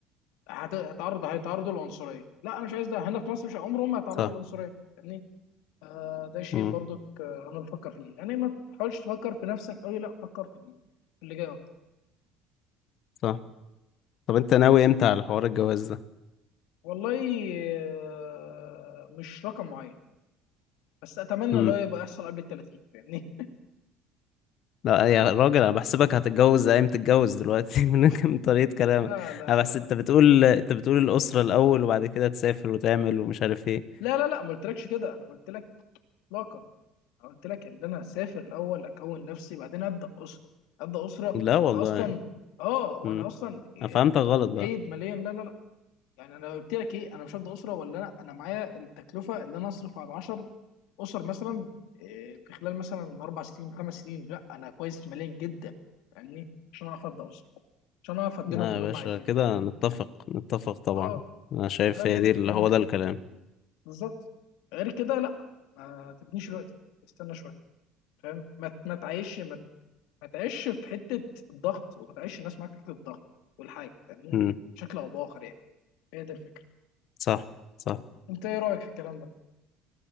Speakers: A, on the left; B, on the left.
A: هت- هتعرض هيتعرضوا للعنصريه لا انا مش عايز ده هنا في مصر مش عمرهم ما هيتعرضوا
B: صح
A: للعنصريه فاهمني آه ده شيء
B: امم
A: برضك آه انا بفكر فيه يعني ما تحاولش تفكر في نفسك قوي لا فكر في اللي في اللي جاي اكتر
B: صح طب انت ناوي امتى على حوار الجواز
A: والله آه مش رقم معين بس اتمنى
B: ده
A: اللي هو يبقى يحصل قبل ال 30 فاهمني
B: لا يا راجل انا بحسبك هتتجوز زي ما تتجوز دلوقتي <laughs> من من طريقة كلامك
A: لا لا
B: انا بحس
A: لا لا
B: انت بتقول انت بتقول الأسرة الأول وبعد كده تسافر وتعمل ومش عارف ايه
A: لا لا لا لا ما قلتلكش كده انا قلت لك اطلاقا أنا قلت لك ان انا هسافر الاول اكون نفسي بعدين ابدا اسره ابدا اسره
B: لا والله
A: وانا اصلا اه وانا
B: امم
A: اصلا
B: انا فهمتك غلط بقى
A: جيد ماليا لا لا لا يعني انا قلت لك ايه انا مش هبدا اسره ولا لا انا معايا التكلفه اللي انا اصرف على 10 اسر مثلا إيه، في خلال مثلا اربع سنين خمس سنين لا انا كويس ماليا جدا فاهمني عشان اعرف ابدا اسره عشان اعرف اديلهم
B: لا
A: اللي
B: يا باشا
A: هم عايزينه
B: كده
A: فاهمني
B: نتفق نتفق طبعا
A: اه
B: انا شايف
A: لا انت
B: هي
A: كنت
B: دي اللي
A: فاهمني
B: هو ده الكلام
A: بالظبط غير كده لا ما تبنيش دلوقتي استنى شويه فاهم ما ما تعيش ما ما تعيش في حته الضغط وما تعيش الناس معاك في حته الضغط والحاجه فاهمني
B: امم
A: بشكل او باخر يعني هي دي الفكره
B: صح صح
A: انت ايه رايك في الكلام ده